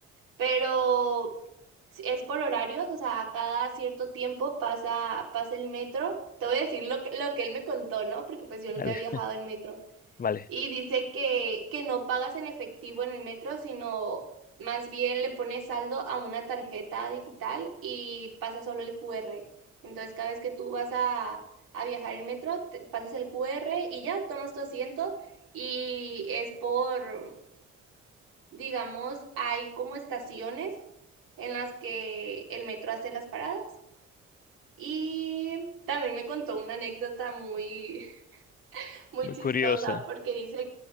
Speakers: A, on the right; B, on the left.
A: Pero si- Es por horarios, o sea, cada cierto tiempo pasa, pasa el metro. Te voy a decir lo que, lo que él me contó, ¿no? Porque pues yo nunca
B: vale,
A: he viajado
B: <laughs>
A: en metro.
B: vale,
A: Y dice que, que no pagas en efectivo en el metro, sino más bien le pones saldo a una tarjeta digital y pasa solo el QR. Entonces cada vez que tú vas a, a viajar en metro, te- pasas el QR y ya tomas tu asiento y es por digamos, hay como estaciones en las que el metro hace las paradas. Y también me contó una anécdota muy, <laughs> muy
B: muy
A: chistosa
B: curiosa,
A: porque dice,